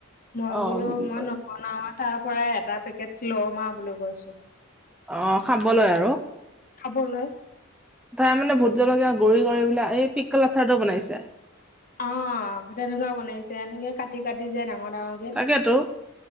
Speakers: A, on the left; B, in the centre.
A: মই
B: অ
A: বোলো
B: বিক্ৰী
A: মই
B: কৰি
A: বনাওা তাৰ পৰা এটা পেকেট লমা বুলি কৈছো
B: অ খাবলৈয় আৰু
A: খাবলৈ
B: তাৰ মানে ভোট জলকীয়া গৰি কৰি বিললে এই পিককল আচাৰটো বনাইছে
A: অ তেনেকুৱা বনাইছে এনেকে কাটি কাটি যায় ডাঙৰ ডাঙৰ
B: তাকেতো